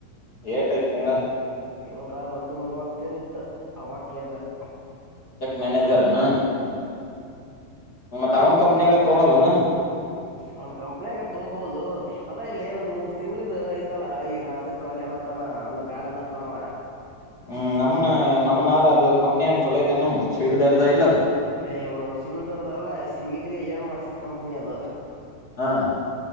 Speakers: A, on the left; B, on the right.
A: ಏಟಐ್ತ್ ತಿಂಗಳ.
B: ತಿಂಗಳ ಒಂದು ಮೂವತ್ತೇನ ಇತ್ತು. ಅವ ಕಿದೆ <unintelligible>
A: ಮ್ಯನೆೇಜರ್., ನಾ... ಮತ್ತ್ ಅವ್ನ್ ಕಂಪ್ನಿಯಾಗ ತೋಗಳೋಲ್ಲ ನ, -
B: ಅವನ್ ಕಂಪ್ನಿಯಾಗ ತೋಬೋದು. ಅದ ಇಲ್ಲಿ ಏನೊಂದ್ ಮೂರ್ ತಿಂಗಳಿದು ಐಚಲ್ಲಾ ಈಗ ಅದಕ್ ವಲ್ಯನತಾನ ಒಂದ್ ಬ್ಯಾಡ ಅನಾತನವ.
A: ಹ್ಮ್, ನಮ್ಮನ ನಮ್ಮನಾರ ಅದು- ಕಂಪ್ನಿಯನಚಲೋಐತ ನಮ್ಮ ಶಿವಿಲ್ ದರ್ದ ಇಲ್ಲ ಅದ
B: ಹೇ, ಸಿವಿಲ್ ದೋರ್ದ ಅಲ್ಲ ಸಿವಿಲ್, - ಗ ಏಳ್ ಮಾಡಿಸಿದ್ ಕಂಪ್ನಿ ಅದು.
A: ಹಾ,,